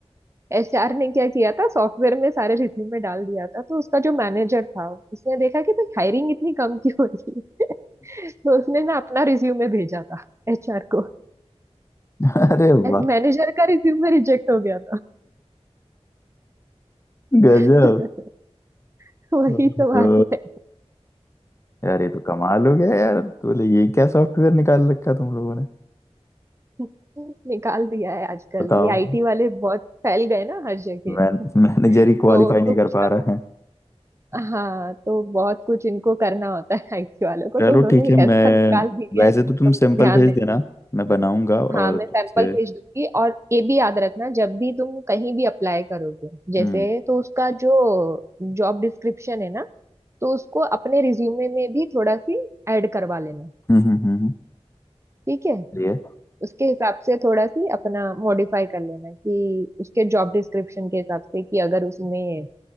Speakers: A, on the right (about 25°); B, on the left (about 25°).
A: एचआर ने क्या किया था सॉफ्टवेयर में सारे रिज्यूमे डाल दिया था तो उसका जो मैनेजर था उसने देखा कि भाई हायरिंग इतनी कम क्यों हो रही है <laughs> तो उसने ना अपना रिज्यूमे भेजा था एचआर को
B: <laughs> अरे वाह
A: मैनेजर का रिज्यूमे रिजेक्ट हो गया
B: गजब
A: था <laughs> <laughs> वही
B: ओहो,
A: तो बात है
B: यार ये तो कमाल हो गया यार तो बोले ये क्या सॉफ्टवेयर निकाल रखा तुम लोगों ने
A: <laughs> निकाल दिया है आजकल
B: बताओ
A: ये आईटी वाले बहुत फैल गए ना हर जगह
B: मैं मैनेजर ही क्वालिफाई
A: तो उनको
B: नहीं
A: कुछ
B: कर पा
A: ना
B: रहा
A: कुछ
B: है
A: हाँ तो बहुत कुछ इनको करना होता है आईटी वालों को
B: चलो
A: तो उन्होंने
B: ठीक है
A: एक
B: मैं
A: ऐसा निकाल दिया
B: वैसे
A: है तो
B: तो तुम सैंपल
A: ध्यान
B: भेज
A: दे
B: देना मैं बनाऊंगा और
A: हाँ मैं
B: तुमसे
A: सैंपल भेज दूंगी और ये भी याद रखना जब भी तुम कहीं भी अप्लाई करोगे जैसे
B: हम्म
A: तो उसका जो जॉब डिस्क्रिप्शन है ना तो उसको अपने रिज्यूमे में भी थोड़ा सी ऐड करवा लेना
B: हम्म हम्म हम्म हम्म,
A: ठीक है
B: ये
A: उसके हिसाब से थोड़ा सी अपना मॉडिफाई कर लेना कि उसके जॉब डिस्क्रिप्शन के हिसाब से कि अगर उसमें